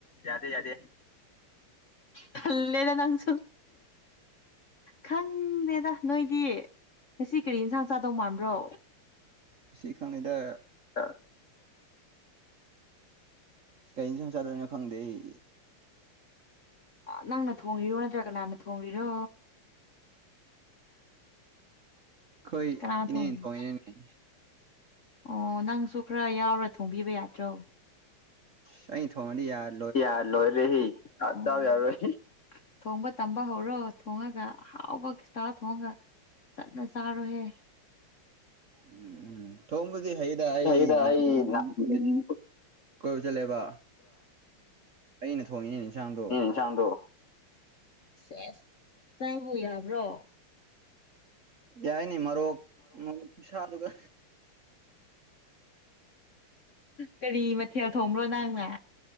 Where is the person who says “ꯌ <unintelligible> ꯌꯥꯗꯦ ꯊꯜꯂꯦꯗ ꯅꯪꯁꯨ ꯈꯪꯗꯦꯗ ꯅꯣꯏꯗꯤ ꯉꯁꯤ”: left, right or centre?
Left